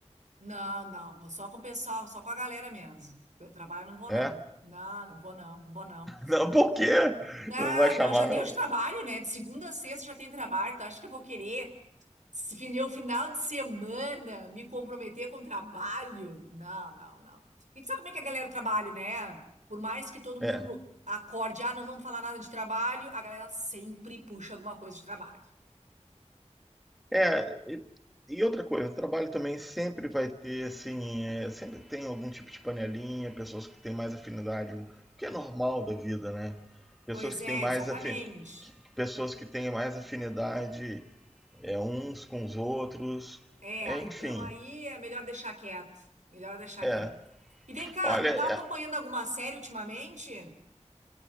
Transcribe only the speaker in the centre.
É.
Não, por quê?
Não vai chamar,
não.
É.
É, e, e outra coisa, o trabalho também sempre vai ter, assim, é, sempre tem algum tipo de panelinha, pessoas que têm mais afinidade, o que é normal da vida, né? Pessoas
que
têm mais
afin... que- pessoas que têm mais afinidade é, uns com os outros,
é, enfim,
é.
Olha,
é,